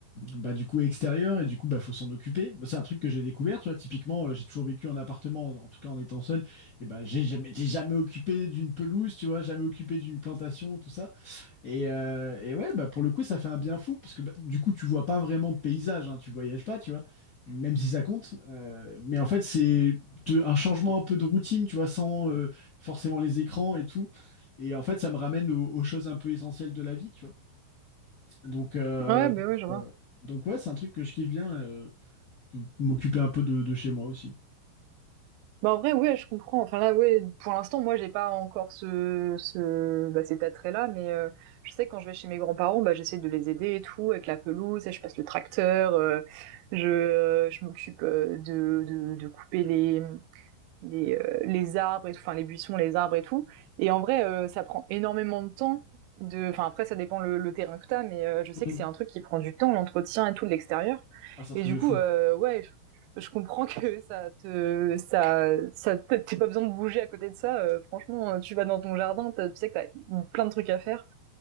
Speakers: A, on the left (about 30°); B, on the right (about 85°).
A: bah, du coup, extérieur. Et du coup, bah, faut s'en occuper. Bah, c'est un truc que j'ai découvert, tu vois. Typiquement, euh, j'ai toujours vécu en appartement, en, en tout cas en étant seul. Et bah, j'ai jamais, j'étais jamais occupé d'une pelouse, tu vois, jamais occupé d'une plantation, tout ça. Et, euh, et ouais, bah pour le coup, ça fait un bien fou, parce que bah, du coup, tu vois pas vraiment de paysage, hein, tu voyages pas, tu vois, même si ça compte. Euh, mais en fait, c'est te- un changement un peu de routine, tu vois, sans euh, forcément les écrans et tout. Et en fait, ça me ramène aux, aux choses un peu essentielles de la vie, tu vois. Donc, euh,
B: Ouais
A: donc,
B: bah ouais je vois.
A: euh, donc ouais, c'est un truc que je kiffe bien, euh, de m'occuper un peu de, de chez moi aussi.
B: Bah en vrai ouais je comprends. Enfin là ouais pour l'instant moi j'ai pas encore ce ce bah cet attrait là, mais euh, je sais que quand je vais chez mes grands-parents bah j'essaie de les aider et tout avec la pelouse, et je passe le tracteur, euh, je je m'occupe euh, de, de de couper les les, euh, les arbres et tout, enfin les buissons, les arbres et tout. Et en vrai, euh, ça prend énormément de temps. De... Enfin, après, ça dépend le, le terrain que t'as, mais euh, je sais
A: Mm.
B: que c'est un truc qui prend du temps, l'entretien et tout de l'extérieur.
A: Ah, c'est un
B: Et
A: truc
B: du
A: de fou.
B: coup, euh, ouais, je, je comprends que ça te, ça, ça, t'as pas besoin de bouger à côté de ça. euh, franchement, tu vas dans ton jardin, tu sais que t'as plein de trucs à faire.